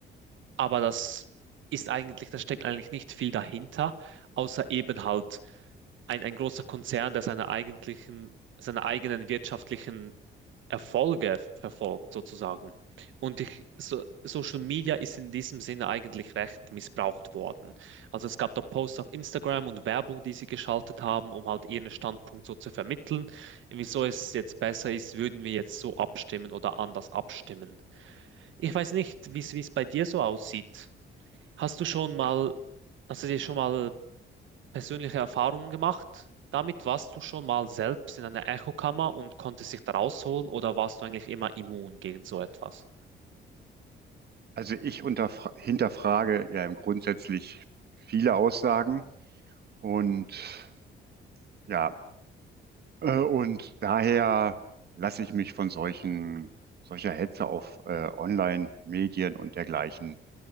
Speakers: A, on the right (about 75°); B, on the right (about 55°).
A: Aber das ist eigentlich, da steckt eigentlich nicht viel dahinter, außer eben halt ein, ein großer Konzern, der seine eigentlichen, seine eigenen wirtschaftlichen Erfolge verfolgt, sozusagen. Und ich, so, Social Media ist in diesem Sinne eigentlich recht missbraucht worden. Also es gab da Posts auf Instagram und Werbung, die sie geschaltet haben, um halt ihren Standpunkt so zu vermitteln. Wieso es jetzt besser ist, würden wir jetzt so abstimmen oder anders abstimmen. Ich weiß nicht, wie es wie es bei dir so aussieht. Hast du schon mal, hast du dir schon mal persönliche Erfahrungen gemacht damit? Warst du schon mal selbst in einer Echokammer und konntest dich da rausholen oder warst du eigentlich immer immun gegen so etwas?
B: Also ich unterfra- hinterfrage ja im grundsätzlich viele Aussagen und ja, äh, und daher lasse ich mich von solchen, solcher Hetze auf äh, Online-Medien und dergleichen